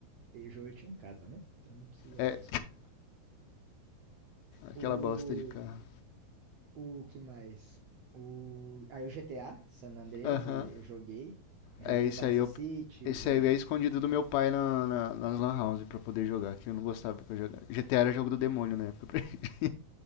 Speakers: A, on the right; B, on the left.
A: Peugeot eu tinha em casa, né? Então não precisava
B: É,
A: dessas coisas. O,
B: aquela bosta de carro.
A: O que mais? O... Aí o GTA, San Andreas,
B: Aham.
A: eu, eu joguei. Joguei
B: É, esse
A: o Vice
B: aí eu
A: City,
B: esse
A: joguei.
B: aí é escondido do meu pai na, na, nas lan house pra poder jogar, que eu não gostava que eu jogava. GTA era jogo do demônio na época pra <laughs>